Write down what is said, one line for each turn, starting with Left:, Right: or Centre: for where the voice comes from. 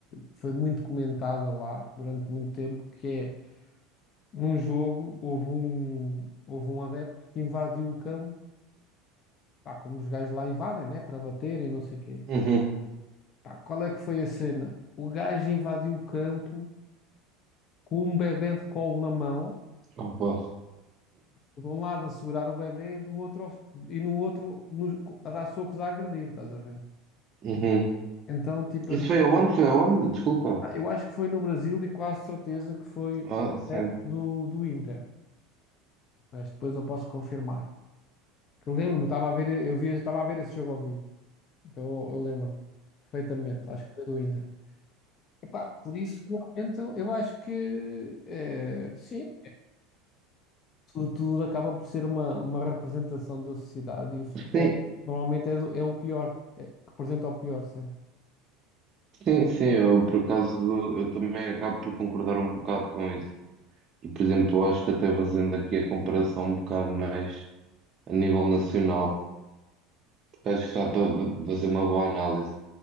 Left: foi muito comentada lá durante muito tempo, que é num jogo houve um, houve um adepto que invadiu o campo Pá, como os gajos lá invadem, né? Para baterem, não sei o quê.
Right: Uhum.
Left: Pá, qual é que foi a cena? O gajo invadiu o campo com um bebé de colo na mão,
Right: Opa.
Left: de um lado a segurar o bebé e do outro ao- e no outro no- a dar socos a agredir, estás a ver?
Right: Uhum.
Left: Então, tipo,
Right: Isso
Left: assim,
Right: foi aonde? Foi aonde? Desculpa.
Left: pá, eu acho que foi no Brasil e quase certeza que foi
Right: Ah, sim.
Left: adepto do, do Inter, mas depois eu posso confirmar. Que Eu lembro-me, estava a ver, eu via, estava a ver esse jogo ao vivo, então eu, eu lembro-me perfeitamente, acho que foi do Inter. Epá, por isso, realmente, eu eu acho que eh, sim, tudo, tudo acaba por ser uma, uma representação da sociedade e o futebol
Right: Sim,
Left: normalmente é, do- é o pior, é- representa o pior sempre.
Right: Sim, sim, eu por acaso eu também acabo por concordar um bocado com isso. E, por exemplo, eu acho que até fazendo aqui a comparação um bocado mais a nível nacional, porque acho que dá para v- fazer uma boa análise,